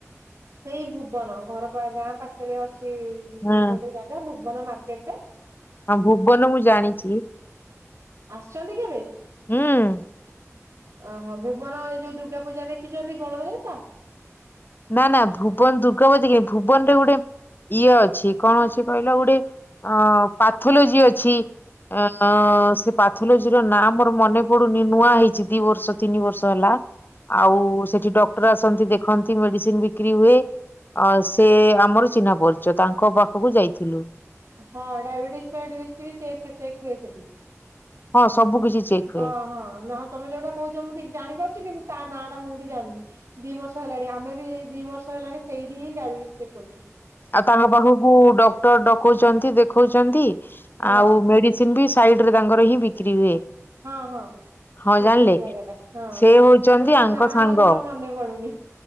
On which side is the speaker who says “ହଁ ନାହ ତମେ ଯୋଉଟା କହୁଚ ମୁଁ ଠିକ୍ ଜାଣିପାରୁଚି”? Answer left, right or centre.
Right